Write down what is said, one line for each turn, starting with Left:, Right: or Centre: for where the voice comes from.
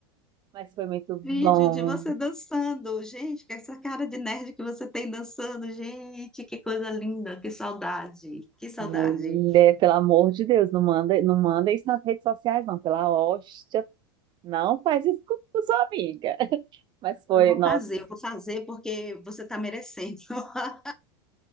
Right: Mas foi muito bom,
Centre: Vídeo de você dançando. Gente, que é essa cara de nerd que você tem dançando. Gente, que coisa linda, que saudade, que saudade.
Right: mulher, pelo amor de Deus, não manda, não manda isso nas redes sociais, não, pela hóstia. Não faz isso com com sua amiga. <laughs> Mas foi,
Centre: Eu vou
Right: nossa,
Centre: fazer, eu vou fazer porque você está merecendo <laughs>